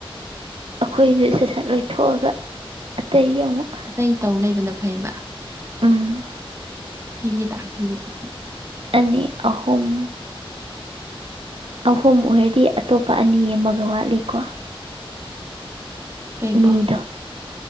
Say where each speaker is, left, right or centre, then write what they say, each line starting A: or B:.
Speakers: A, on the right; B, on the right.
A: ꯑꯈꯣꯏꯖꯦ ꯁꯠ ꯁꯠ ꯂꯣꯏꯊꯣꯛꯑꯒ ꯑꯇꯩ ꯑꯃꯨꯛ
B: ꯑꯇꯩ ꯇꯧ ꯂꯩꯕꯅ ꯐꯩꯕ
A: ꯎꯝ
B: ꯁꯤꯒꯤ ꯇꯥꯛꯁ ꯁꯤꯁꯦ ꯅꯠꯇ꯭ꯔꯣ?
A: ꯑꯅꯤ ꯑꯍꯨꯝ ꯑꯍꯨꯝ ꯑꯣꯏꯔꯗꯤ ꯑꯇꯣꯞꯄ ꯑꯅꯤ ꯑꯃꯒ ꯋꯥꯠꯂꯤꯀꯣ?
B: ꯀꯩꯕꯣ
A: ꯃꯤꯗꯣ